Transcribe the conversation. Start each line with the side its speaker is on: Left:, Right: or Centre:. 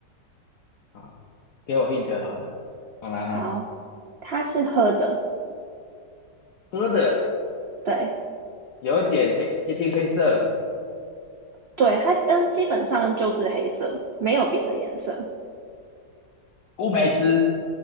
Left: 好，给我 hint 好了，好难哦。
Right: 好，它是喝的，
Left: 喝的
Right: 对
Left: 有一点黑，接近黑色，
Right: 对，它嗯基本上就是黑色，没有别的颜色，
Left: 乌梅汁，